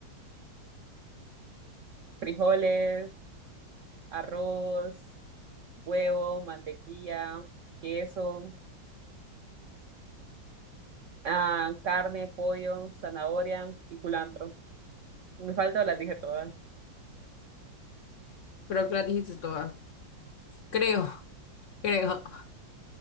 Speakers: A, on the right (about 80°); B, on the left (about 75°).
A: frijoles. arroz, huevo, mantequilla, queso, ah, carne, pollo, zanahoria y culantro. Me falta o las dije todas.
B: Creo que las dijiste todas. Creo, creo. <laughs>